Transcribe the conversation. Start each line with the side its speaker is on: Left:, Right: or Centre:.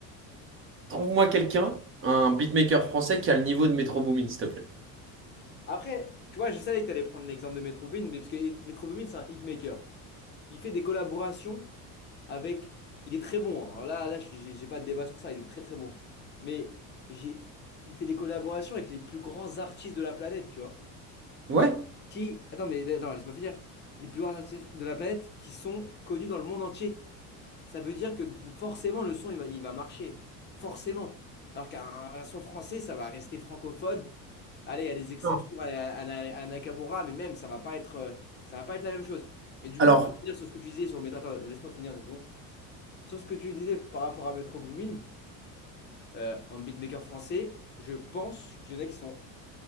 Right: trouve-moi quelqu'un, un beatmaker français qui a le niveau de Metro Boomin, s'il te plaît.
Left: Après, tu vois, je savais que t'allais prendre l'exemple de Metro Boomin, mais parce que Metro Boomin, c'est un hitmaker. Il fait des collaborations avec. Il est très bon. hein. Alors là, là, j'ai j'ai pas de débat sur ça. Il est très très bon. Mais j'ai, il fait des collaborations avec les plus grands artistes de la planète, tu vois.
Right: Ouais.
Left: Qui, qui- Attends, mais non, laisse-moi finir. Les plus grands artistes de la planète qui sont connus dans le monde entier. Ça veut dire que forcément le son il va, il va marcher. Forcément. Alors qu'un un son français, ça va rester francophone. Allez, il y a des exceptions
Right: Non.
Left: à, à- à- à Nakamura, mais même ça va pas être, euh, ça va pas être la même chose. Et du
Right: Alors,
Left: coup, pour finir sur ce que tu disais sur Metro, attends, laisse-moi finir une seconde. Sur ce que tu disais par rapport à Metro Boomin, euh, en beatmaker français, je pense qu'il y en a qui sont